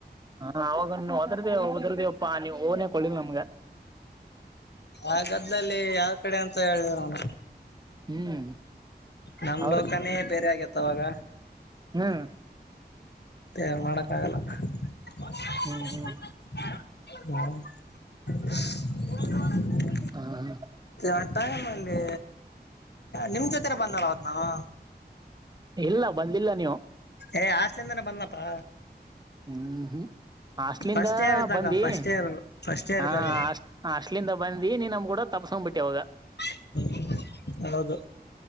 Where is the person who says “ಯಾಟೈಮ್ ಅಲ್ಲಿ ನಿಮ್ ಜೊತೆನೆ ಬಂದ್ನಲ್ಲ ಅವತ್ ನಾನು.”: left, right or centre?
Left